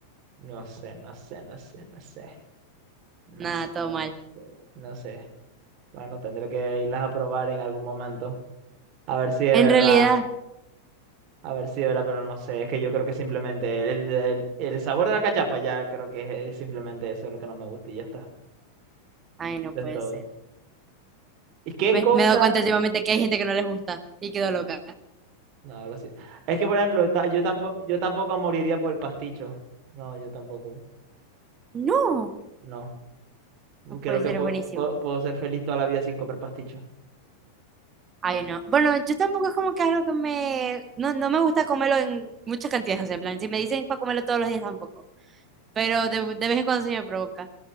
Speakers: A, on the right (about 40°); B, on the right (about 25°).
A: No sé, no sé, no sé, no sé. No
B: Nada,
A: sé,
B: todo mal.
A: no sé. No sé. Bueno, tendré que irlas a probar en algún momento. A ver si de
B: En
A: verdad,
B: realidad,
A: a ver si de verdad, pero no sé. Es que yo creo que simplemente el, el- el sabor de la cachapa ya creo que es, es simplemente eso lo que no me gusta y ya está.
B: ay, no
A: Eso
B: puede
A: es todo.
B: ser.
A: ¿Y qué
B: Me,
A: cosa?
B: me he dado cuenta últimamente que hay gente que no les gusta y quedo loca.
A: No, lo sé. Es que, por ejemplo, ta- yo tampoco, yo tampoco moriría por el pasticho. No, yo tampoco.
B: No,
A: No.
B: no puede
A: Creo que
B: ser,
A: po-
B: es buenísimo.
A: po- puedo ser feliz toda la vida sin comer pasticho.
B: Ay, no. Bueno, yo tampoco es como que algo que me... No, no me gusta comerlo en muchas cantidades, o sea, en plan, si me dicen para comerlo todos los días tampoco, pero de, de vez en cuando se me provoca.